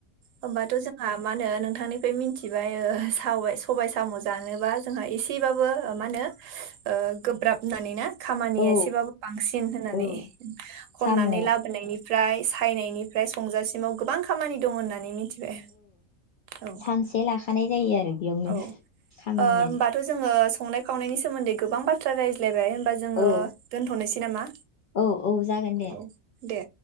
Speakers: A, on the right (about 75°); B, on the left (about 85°).
A: होमबाथ' जोंहा मा होनो नोंथांनिफ्राय मिथिबाय ओ सावबाय-सबाय साम' जानोबा जोंहा एसेबाबो ओ मा होनो ओ गोब ब्राब माने ना खामानिया
B: औ
A: एसेबाबो बांसिन होननानै
B: औ
A: खननानै
B: साम' औ
A: लाबोनायनिफ्राय सायनायनिफ्राय संजासिमाव गोबां खामानि दं होनना नै मिथिबाय। औ
B: सानसे लाखानाय जायो आरो बेयावनो
A: औ ओ
B: खामानियानो
A: होमबाथ' जोङो स संनाय खावनायनि सोमोन्दै गोबां बाथ्रा रायज्लायब बाय होमबा जोङो
B: औ
A: दोनथ'नोसै नामा
B: औ औ जागोन दे
A: औ दे